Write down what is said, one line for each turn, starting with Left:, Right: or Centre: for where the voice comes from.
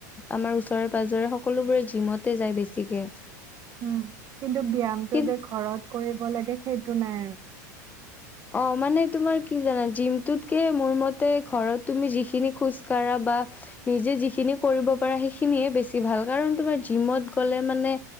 Left: আমাৰ ওচৰে, পাজৰে সকলোবোৰে জিমতে যায় বেছিকে।
Right: উম, কিন্তু ব্যায়ামটো
Left: কি
Right: যে, ঘৰত কৰিব লাগে সেইটো নাই আৰু।
Left: অ', মানে তোমাৰ কি জানা? জিমটোতকে মোৰ মতে ঘৰত তুমি যিখিনি খোজ কাঢ়া বা নিজে যিখিনি কৰিব পাৰা সেইখিনিয়ে বেছি ভাল, কাৰণ তোমাৰ জিমত গ'লে মানে